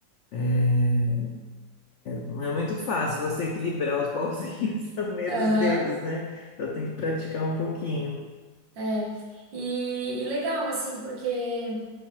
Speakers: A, on the left; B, on the right.
A: é, não é muito fácil você equilibrar os pauzinhos <laughs> no meio
B: Aham.
A: dos dedos, né? Então tem que praticar um pouquinho.
B: É, e, e legal, assim, porque